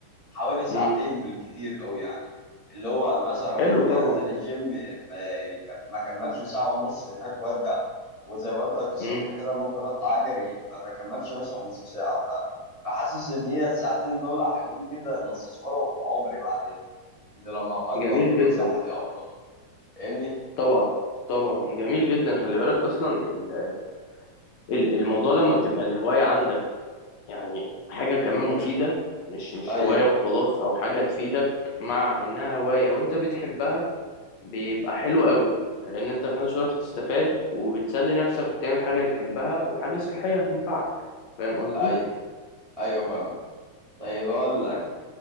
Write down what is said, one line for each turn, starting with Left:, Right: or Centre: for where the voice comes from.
Right: حوالي ساعتين
Left: امم
Right: بالكتير قوي يعني اللي هو مثلا ممكن
Left: حلو طبعا
Right: انزل الجيم ما ما كملش ساعة ونص هناك وارجع وزي ما قلت لك الصبح
Left: امم
Right: كده ممكن اطلع اجري ما بكملش مثلا نص ساعة ف... فحاسس ان هي الساعتين دول حلوين جدا ان استثمرهم في عمري بعدين ان لما ابقى اكبر
Left: جميل
Right: تبقى
Left: جدا
Right: صحتي افضل فاهمني؟
Left: طبعا طبعا جميل جدا خلي بالك اصلا ال- ال- الموضوع لما بتبقى الهوايه عندك يعني حاجه كمان مفيده مش مش
Right: ايوه
Left: هوايه وخلاص او حاجه تفيدك مع انها هوايه وانت بتحبها بيبقى حلو قوي لان انت في نفس الوقت بتستفاد وبتسلي نفسك وبتعمل حاجه بتحبها وحاجه صحيه هتنفعك فاهم قصدي
Right: ايوه ايوه فاهمك طيب اقول لك